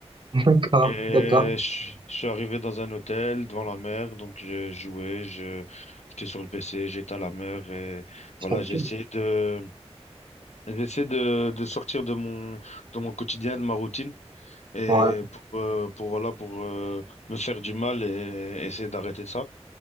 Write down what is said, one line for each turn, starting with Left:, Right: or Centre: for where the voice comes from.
Right: <laughs> d'accord,
Left: Et
Right: d'accord,
Left: je, suis je suis arrivé dans un hôtel devant la mer, donc je jouais, je, j'étais sur le PC, j'étais à la mer et
Right: très
Left: voilà,
Right: bien,
Left: j'ai essayé de, j'essaie de, de sortir de mon, de mon quotidien, de ma routine et
Right: ouais,
Left: pour, euh, pour voilà, pour euh, me faire du mal et, essayer d'arrêter ça.